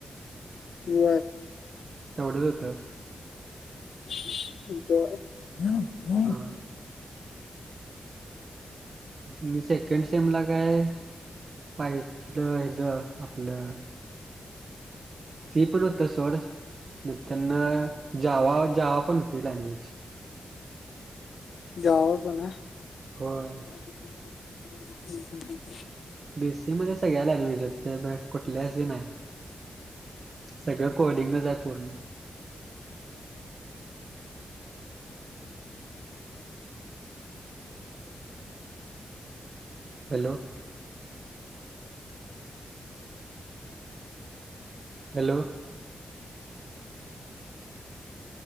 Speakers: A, on the left (about 80°); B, on the right (about 55°).
A: <unintelligible>
B: तेवढंच होतं.
A: <unintelligible>
B: हा! मी सेकंड सेमला काय पाहित लं हेज आपलं सी पण होत सोड नंतर जावा जावा पण होत लँग्वेज.
A: जाव पुन्हा?
B: होय.
A: <inaudible>
B: बी सी ए मध्ये सगळ्या लँग्वेज हायत ते कुठल्याच ही नाय. सगळं कोडिंगच हाय पूर्ण. हॅलो! हॅलो.